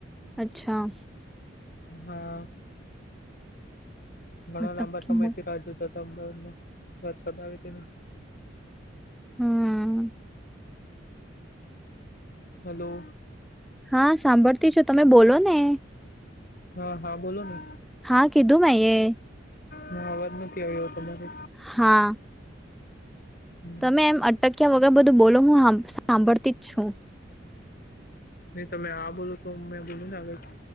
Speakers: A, in the centre; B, on the left.
A: અચ્છા.
B: હા. ઘણા
A: અટકમાં
B: લાંબા સમય થી રા જોતા અમદાવાદમાં વરસાદ આવે ની.
A: હમ.
B: હલો.
A: હા સાંભળતી છુ તમે બોલો ને.
B: હા હા બોલો ને.
A: હા કીધું મે એ.
B: હ અવાજ નથી આવ્યો તમને?
A: હા.
B: હમ.
A: તમે એમ અટક ક્યાં વગર બધું બોલો હું સાંભળતી જ છું.
B: નહી તમે આ બોલ તો મેં બોલું ને આગળ.